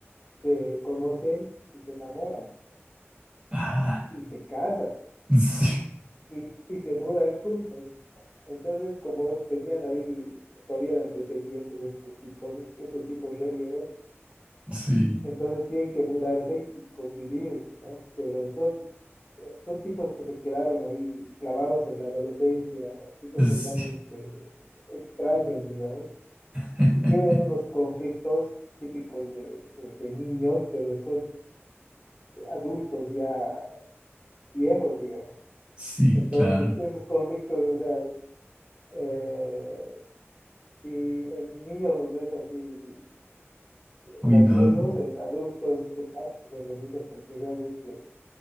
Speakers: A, on the left (about 35°); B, on the right (about 25°).
A: se conocen y se enamoran
B: ah,
A: y se casan
B: <laughs> sí,
A: y, y se mudan juntos. Entonces, como tenían ahí, todavía eran dependientes de estos tipos, estos tipos re viejos,
B: sí,
A: entonces tienen que mudarse y convivir, ¿no? Pero son, son tipos que se quedaron ahí clavados en la adolescencia, tipos
B: sí,
A: totalmente extraños, digamos.
B: <laughs>
A: y tienen unos conflictos típicos de, de- de niños, pero estos adultos ya viejos, digamos.
B: sí,
A: Entonces,
B: claro.
A: esos conflictos, o sea, eh, si en niños los ves así
B: Uy,
A: graciosos,
B: no.
A: en adultos te partes de la risa porque realmente